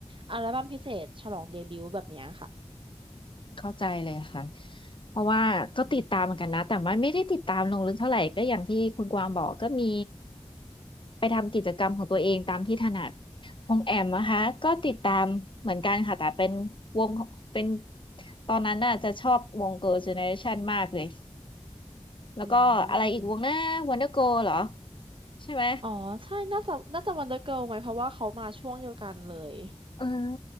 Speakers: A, on the right; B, on the left.
A: อัลบั้มพิเศษฉลองเดบิวต์แบบเนี้ยค่ะ
B: เข้าใจเลยค่ะ เพราะว่าก็ติดตามเหมือนกันนะ แต่ว่าไม่ได้ติดตามลงลึกเท่าไหร่ก็อย่างที่คุณกวางบอกก็มีไปทำกิจกรรมของตัวเองตามที่ถนัดของแอมนะคะก็ติดตามเหมือนกันค่ะ แต่เป็นวงของเป็นตอนนั้นน่ะจะชอบวง Girl Generation มากเลย แล้วก็อะไรอีกวงหน้า
A: อืม
B: Wonder Girl เหรอใช่ไหม
A: อ๋อใช่น่าจะน่าจะวันเดอร์เกิลไหมเพราะว่าเขามาช่วงเดียวกันเลย
B: อืม